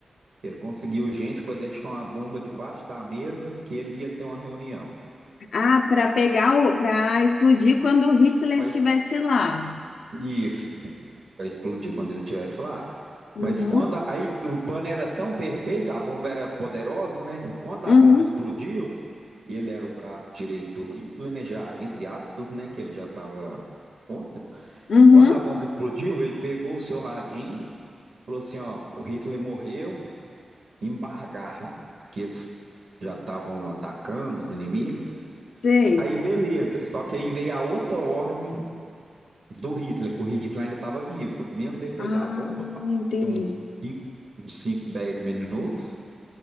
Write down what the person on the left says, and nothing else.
Ah, para pegar o, para explodir quando o Hitler
estivesse lá.
Uhum,
uhum,
uhum.
Sei.
Ah,
entendi.